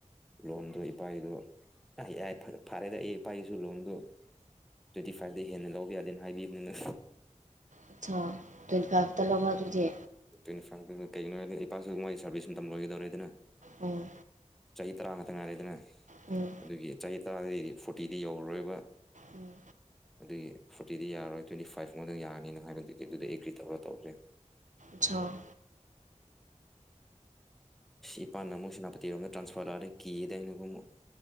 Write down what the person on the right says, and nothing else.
ꯑꯆꯥ ꯇ꯭ꯋꯦꯟꯇꯤ ꯐꯥꯢꯐꯇ ꯂꯧꯕ ꯑꯗꯨꯗꯤ
ꯎꯝ
ꯎꯝ
ꯎꯝ
ꯁꯣ